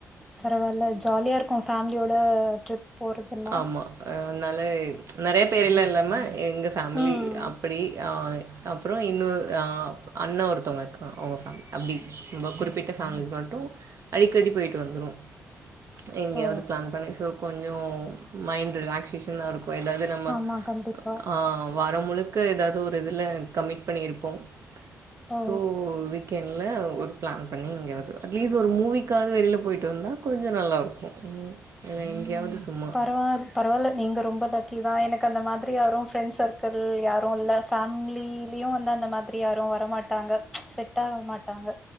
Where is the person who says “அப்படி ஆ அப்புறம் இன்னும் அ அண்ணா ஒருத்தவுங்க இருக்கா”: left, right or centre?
Right